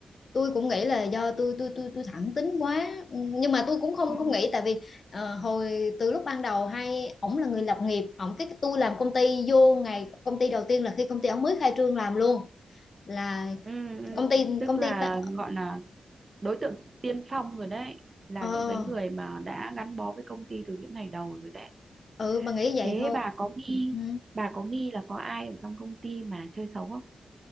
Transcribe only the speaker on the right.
ừ
ừ ừ.
tức
là
gọi là đối tượng tiên phong rồi đấy là
những cái người mà đã gắn bó với công ty từ những ngày đầu rồi đấy
Thế
bà có nghi
bà có nghi là có ai ở trong công ty mà chơi xấu không?